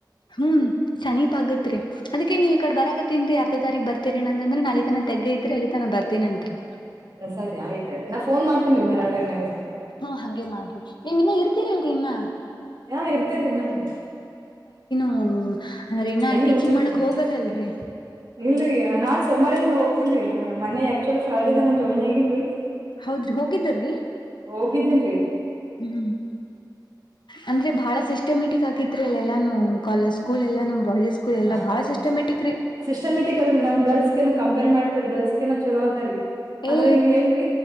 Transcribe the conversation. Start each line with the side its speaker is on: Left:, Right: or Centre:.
Left: ಹ್ಮ್ ಸನೀಪ್ ಆಗತ್ರಿ ಅದಕ್ಕೆ ನೀವ್ ಈ ಕಡೆ ಬರಾಕತ್ತೇನ್ರಿ ಯಾರ ತಾರೀಕ್ ಬರ್ತೀ ಏನ ಅಂದ್ರೆ ನಲ್ಲಿ ತನ ತಗ್ಗ ಇದ್ರೆ ಅಲ್ಲಿ ತನ ಬರ್ತನನ್ಂರಿ
Right: ಹ ಸರಿ ಆಯ್ತು ಹೇಳ್ರಿ ನಾ ಫೋನ್ ಮಾಡ್ತೇನ್ಿ ಬರಾಟನಗ್ರಗೆ
Left: ಹಾ ಹಂಗೆ ಮಾಡ್ರಿ ನೀವ್ ಇನ್ನ ಇರ್ತೀರಲ್ರಿ ಇನ್ನ
Right: ಹಾ ಇರ್ತೇನೆರಿೀ ನಾಗಗೆ
Left: ಹ್ಮ ಅಂದ್ರೆ ಇನ್ನ
Right: ಎಲ್ಲಿ
Left: ಟೀಚಿಂಗ್
Right: ಹೋಗಲ್ರಿ
Left: ಮಾಡಕ್ ಹೋಗಲ್ಲಲ್ರಿ
Right: ಇಲ್ರರಿ ನಾನ್ ಸುಮಾರಿಂದ ಹೋಗ್ತೇನ್ ರೀ ಮನೆ ಆಕ್ಚುಲಿ ಫ್ರೈಡ ದನ ಜಾಯ್ನ್ ಆಗೇನ್ೀ
Left: ಹೌದ್ರಿ ಹೋಗಿದ್ದರಿ
Right: ಹೋಗಿದ್ದೀನ್ರಿ
Left: ಹ್ಮ್ ಅಂದ್ರೆ ಬಹಳ ಸಿಸ್ಟಮೆಟಿಕ್ ಆಗಿತ್ರಿ ಅಲ್ಲ ಎಲ್ಲಾ ಕ ಸ್ಕೂಲ್ ಎಲ್ಲಾ ಬಾಯ್ಸ್ ಸ್ಕೂಲ್ ಎಲ್ಲಾ
Right: ಹಾ
Left: ಬಾಳ
Right: ರೀ
Left: ಸಿಸ್ಟಮೆಟಿಕ್ ರೀ
Right: ಸಿಸ್ಟಮ್ಯಾಟಿಕ್ ಅದ್ರೆ ನಮ್ ಗರ್ಲ್ಸ್ ಕಂಪೇರ್ ಮಾಡಿದರಿ ಗರ್ಲ್ಸ್ ಲ್ಲ ಚಲೋ ಅದ ರೀ ಆದ್ರೆ
Left: ಏ
Right: ಇಲ್ಲೇಏನ